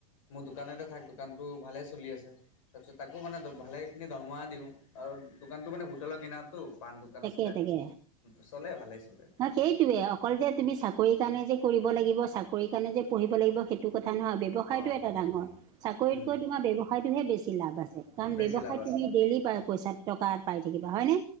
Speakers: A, on the left (about 60°); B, on the right (about 20°).
A: মোৰ দোকানতে থাক দোকানটো ভালেই চলি আছে তাৰপিছত তাকো মানে ভালেখিনি দৰমহা দিওঁ আৰু দোকানটো মানে হোটেলত কিনাৰটো পাণ দোকান
B: তাকে
A: আছিলে
B: তাকে
A: চলে ভালেই চলে
B: ন সেইটোৱে অকল যে তুমি চাকৰিৰ কাৰণে যে কৰিব লাগিব চাকৰিৰ কাৰণে যে পঢ়িব লাগিব সেইটো কথা নহয় ব ব্যৱসায়টো
A: অ সেইটোৱে
B: এটা ডাঙৰ চাকৰিতকৈ
A: উম
B: তোমাৰ ব্যৱসায়তোহে বেছি লাভ আছে কাৰণ
A: বেছি
B: ব্যৱসায়ত
A: লাভ আছে
B: তুমি ডেইলি পইচা দুটকা পাই থাকিবা হয়নে